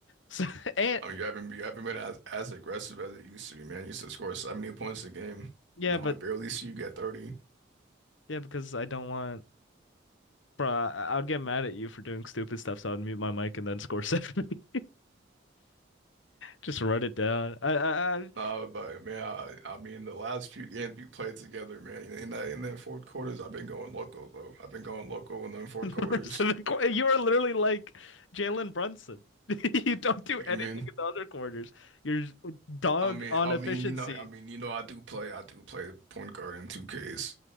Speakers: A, on the left; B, on the right.
A: So, <laughs> and
B: I mean you haven't you haven't been as, as aggressive as it used to be, man. You used to score 70 points a game.
A: yeah,
B: Now
A: but
B: I barely see you get 30.
A: yeah, because I don't want bro, I, I would get mad at you for doing stupid stuff, so I'd mute my mic and then score seven. <laughs> Just run it down. I, I, I
B: Uh, but man, I, I mean the last few games we played together, man. In that in then fourth quarters, I've been going loco though. I've been going loco in them fourth
A: And
B: quarters.
A: The rest of the qu- you are literally like Jalen Brunson. <laughs> You don't do
B: What do
A: anything
B: you mean?
A: in the other quarters. You're dog
B: I mean,
A: on
B: I
A: efficiency.
B: mean, you know, I mean, you know, I do play, I do play point guard in 2Ks.